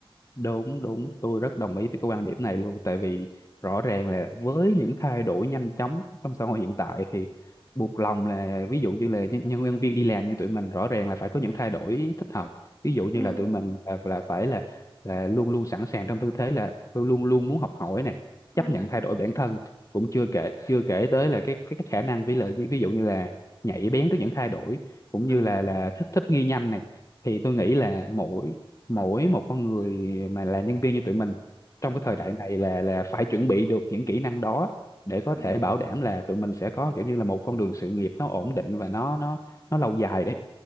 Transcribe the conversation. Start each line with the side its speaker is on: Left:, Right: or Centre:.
Left: Đúng, đúng, tôi rất đồng ý với cái quan điểm này luôn tại vì rõ ràng là với những thay đổi nhanh chóng trong xã hội hiện tại thì buộc lòng là ví dụ như là nhân, nhân nhân viên đi làm như tụi mình rõ ràng là phải có những thay đổi thích hợp. Ví dụ như
Centre: Ừ.
Left: là tụi mình là, là phải là là luôn luôn sẵn sàng trong tư thế là luôn luôn muốn học hỏi nè,
Centre: Ừ.
Left: chấp nhận thay đổi bản thân, cũng chưa kể chưa kể tới là cái cái, cái khả năng với lại ví ví dụ như là nhạy bén trước những thay đổi cũng
Centre: Ừ.
Left: như là là thích thích nghi nhanh này thì tôi nghĩ là mỗi mỗi một con người mà là nhân viên như tụi mình trong cái thời đại này là là phải chuẩn bị được những kỹ năng đó để có
Centre: Ừ.
Left: thể bảo đảm là tụi mình sẽ có kiểu như là một con đường sự nghiệp nó ổn định và nó nó nó lâu dài đấy